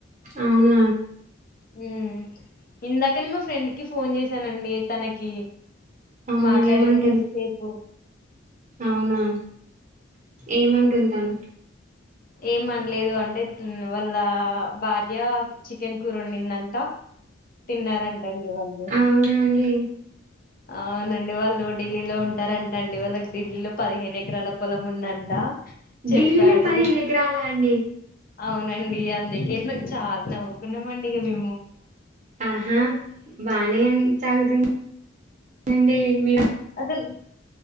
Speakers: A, on the right; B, on the left.
A: అవునా
B: ఉ ఇందాకనే మా ఫ్రెండ్ కి ఫోన్ జెసి సానండి తనకి
A: అవునా
B: మాట్లాడిన
A: ఏమంటుంది
B: కొద్దిసేపు
A: అవునా ఏమంటుంది తను
B: ఏమన్లేదు అంటే వాళ్ళ భార్య చికెన్ కూర వొండిందంట తిన్నారంటండి వాళ్ళు
A: అవునా అండి
B: అవునండి వాళ్ళు ఢిల్లీలో ఉంటారంట అండి వాళ్ళకి ఢిల్లీలో పదిహేను ఎ ఎకరాల పొలం ఉందంట చెప్పాడు
A: ఢిల్లీలో పదిహేను
B: ఇగ
A: ఎకరాల అండి
B: అవునండి అందుకే మేము చాల నవ్వుకున్నామండి ఇగ మేము
A: ఆహా బానే సాగుతుం నండే మీరు
B: అసలు